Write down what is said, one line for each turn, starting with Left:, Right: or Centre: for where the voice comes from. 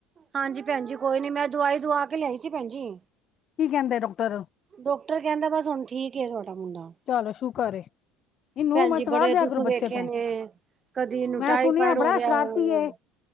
Right: ਹਾਂਜੀ ਭੈਨਜੀ ਕੋਈ ਨੀ, ਮੈਂ ਦਵਾਈ ਦਵਾ ਕੇ ਲੇਆਈ ਸੀ ਭੈਨ ਜੀ।
Left: ਕੀ ਕੈਂਦੇ ਡਾਕਟਰ?
Right: ਡਾਕਟਰ ਕੈਂਦਾ ਬਾੱਸ ਹੋਨ ਠੀਕ ਏ ਤੂਆਡਾ ਮੁੰਡਾ।
Left: ਚਲੋ ਸ਼ੁਕਰ ਏ। ਇਹਨੂੰ
Right: ਭੈਨ
Left: ਉਮਰ
Right: ਜੀ
Left: ਚ ਵਾਰ
Right: ਬੜੇ
Left: ਦਿਆ
Right: ਦੁੱਖ
Left: ਕਰੋ
Right: ਵੇਖੇ
Left: ਬੱਚੇ ਤੋਂ
Right: ਨੇ ਕਦੀ ਇਨੂੰ
Left: ਮੈਂ
Right: ਟਾਈਫਾਈਡ
Left: ਸੁਣਿਆ
Right: ਹੋ
Left: ਬੜਾ
Right: ਰੇਆ
Left: ਸ਼ਰਾਰਤੀ
Right: ਆ,
Left: ਏ